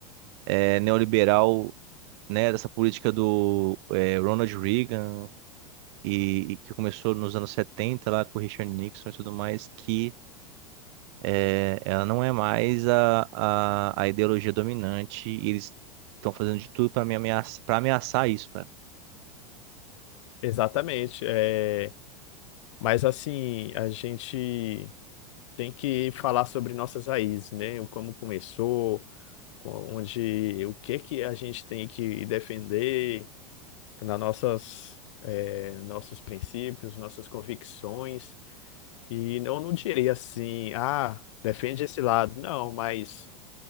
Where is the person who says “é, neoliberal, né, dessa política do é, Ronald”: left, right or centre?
Right